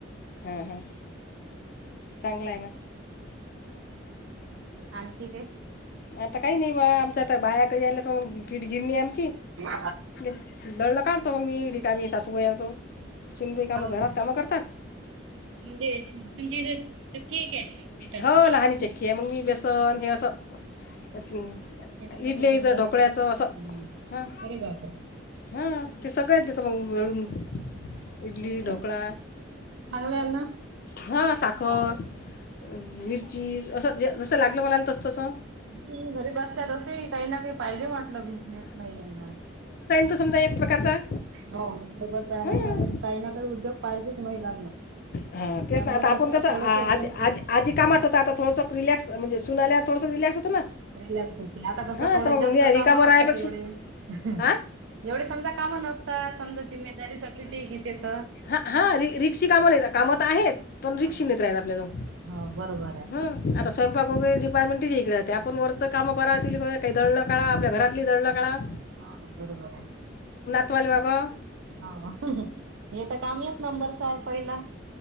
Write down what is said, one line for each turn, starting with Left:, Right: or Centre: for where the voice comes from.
Left: हां हां चांगलं आहे ना
Right: आणखी काय.
Left: आता काही नाही बा आमच्या आता बायाका यायला त मग पीठगिरनिम.
Right: हो
Left: <unintelligible> दळलं काढतो मग मी रिकामी सासूबाईतो. सुनबाई कामं
Right: काय
Left: घरात कामं करतात.
Right: म्हणजे तुमच्या इथ चक्की हाय काय पिठाची.
Left: हो लहानी चक्की आहे मग मी बेसन हे असं इडलीचं,
Right: मोठे समजा
Left: ढोकळ्याचं
Right: हम्म.
Left: असं हं.
Right: अरे बापरे
Left: हा ते सगळ्याच देतं मग दळून इडली,
Right: हो ना
Left: ढोकळा.
Right: चांगलं आहे ना
Left: हा साखर,
Right: चांगलं
Left: मिरची असं जे जसं लागलं कोणाला तस तसं
Right: हम घरीबासल्या तसही काही ना काही पाहिजे म्हटलं बिजनेस महिलांना.
Left: त समजा एक प्रकारचा
Right: हो उद्योगच आहे
Left: हां
Right: आणि काही ना काही उद्योग पाहिजेच महिलांना.
Left: हा तेच
Right: त्यामुळे
Left: ना आता आपण कसं
Right: थोडेसे
Left: आ आ
Right: दोन
Left: आधी कामात होत आता थोडस म्हणजे सून आल्यावर थोडस रिलॅक्स. होतं ना
Right: रिलॅक्स होते आता कस
Left: हां
Right: थोडे
Left: तर मग
Right: जास्त
Left: नि- रिकामं
Right: काम नसतात
Left: राहायपेक्षा
Right: एवढे एवढे
Left: हां
Right: समजा कामा नसतात समजा जिम्मेदारी सगळी ते घेतेेत.
Left: हा हा रस्के काम नाही आता. कामात आहेत पण
Right: हा हो बरोबर आहे.
Left: <unintelligible> हम्म आता स्वयंपाक वगैरे डिपार्टमेंट तिच्याकडं आपण वरच काम करा त काही दळलं कळा आपल्या घरा आपली दळण कळा
Right: हा बरोबर आहे.
Left: <unintelligible> बाबा
Right: ह हे तर काम एक नंबरचय पहिला.